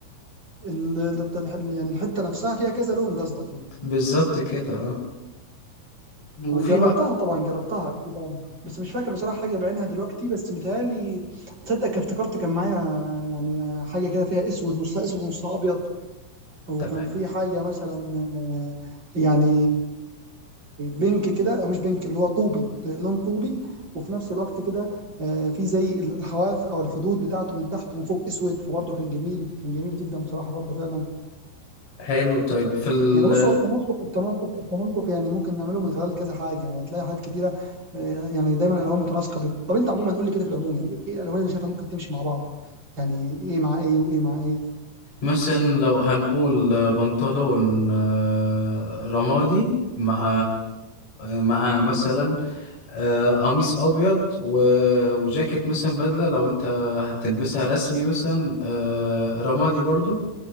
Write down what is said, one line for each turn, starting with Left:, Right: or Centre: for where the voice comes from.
Right: ال- ال- يعني الحته نفسها فيها كذا لون قصدك يعني
Left: بالظبط كده اه وفي
Right: أه، جربتها
Left: بقى
Right: طبعا جربتها اكيد أه. بس مش فاكر بصراحه حاجه بعينها دلوقتي بس متهيألي تصدق كان افتكرت كان معايا يعني حاجه كده فيها اسود نصها اسود نصها ابيض وكان
Left: طب
Right: في حاجه مثلا آه، يعني بينك كده أو مش بينك اللي هو طوبي لون طوبي وفي نفس الوقت كده آه، في زي الحواف او الحدود بتاعته من تحت ومن فوق اسود فبرضه كان جميل كان جميل جدا بصراحه برضه فعلا
Left: حلو طيب في ال...
Right: يعني بص هو التناسق التناسق التناسق يعني ممكن نعمله من خلال كذا حاجه وهتلاقي حاجات كتيره آه، يعني دايما الالوان متناسقه بي- طب انت عموما قول لي كده في العموم يعني ايه الالوان اللي شايفها ممكن تمشي مع بعض يعني ايه مع ايه وايه مع ايه
Left: مثلا لو هنقول بنطلون آه، رمادي مع مع مثلا آه، قميص ابيض و... وجاكيت مثلا بدله لو انت هتلبسها رسمي مثلا آه، رمادي برضو